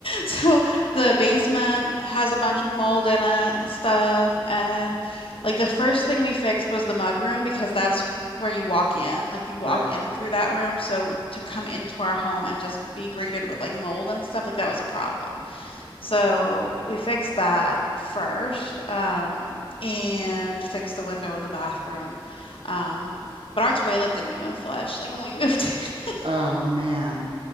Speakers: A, on the left; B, on the right.
A: so the basement has a bunch of mold in it and stuff, and like the first thing we fixed was the mud room because that's where you walk in. Like you walk
B: Right.
A: in through that room, so to come into our home and just be greeted with like mold and stuff, like that was a problem. So we fixed that first, um, and fixed the window in the bathroom. Um, but our toilet didn't even flush. Like when we moved in, <laughs>
B: Oh man.